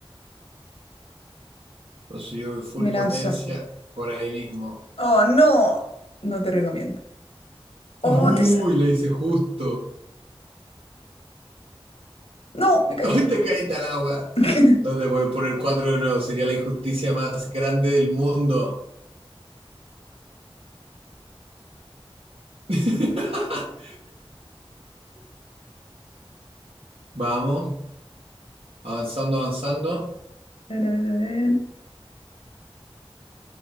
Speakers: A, on the right (about 75°); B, on the left (about 75°).
A: Entonces yo voy full
B: me
A: potencia
B: lanzo.
A: por ahí mismo.
B: Oh, no. No te recomiendo. Oh,
A: Uy,
B: te sal.
A: le hice justo.
B: No, me caí
A: Hoy
B: a la agua.
A: te caíste al agua.
B: <laughs>
A: No te puedes poner cuatro de nuevo. Sería la injusticia más grande del mundo. <laughs> Vamos. Avanzando, avanzando.
B: A ver, a ver, a ver.